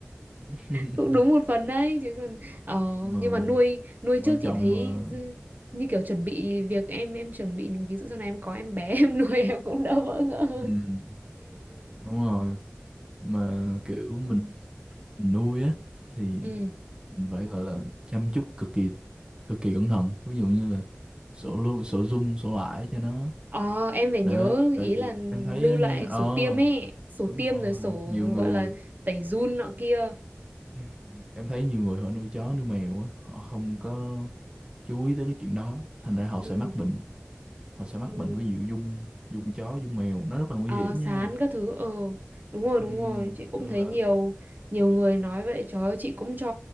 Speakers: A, on the right; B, on the right.
A: <laughs>
B: cũng đúng một phần đấy chứ còn ờ,
A: mà
B: nhưng mà nuôi nuôi
A: quan
B: trước
A: trọng
B: chị thấy
A: là
B: dư- như kiểu chuẩn bị việc em em chuẩn bị ví dụ sau này em có em bé <laughs> em nuôi em cũng đỡ bỡ ngỡ hơn
A: ừ, đúng rồi mà kiểu mình, mình nuôi á thì
B: ừ
A: mình phải gọi là chăm chút cực kỳ cực kỳ cẩn thận ví dụ như là sổ lưu sổ zoom sổ lãi cho nó
B: ờ, em phải nhớ
A: để tại
B: ý
A: vì
B: là
A: em thấy
B: lưu
A: á
B: lại
A: nha
B: sổ
A: ờ
B: tiêm ấy sổ
A: đúng
B: tiêm
A: rồi
B: rồi sổ
A: nhiều người
B: gọi là tẩy giun nọ kia
A: ừ, em thấy nhiều người họ nuôi chó nuôi mèo á họ không có chú ý tới cái chuyện đó thành ra họ
B: ừ
A: sẽ mắc bệnh họ sẽ mắc
B: ừ
A: bệnh với dụ dung dung chó dung mèo nó rất là nguy
B: Ờ,
A: hiểm
B: sán
A: nha
B: các thứ ờ đúng rồi
A: ừ,
B: đúng rồi chị cũng
A: nên
B: thấy
A: là
B: nhiều nhiều người nói vậy trời ơi chị cũng cho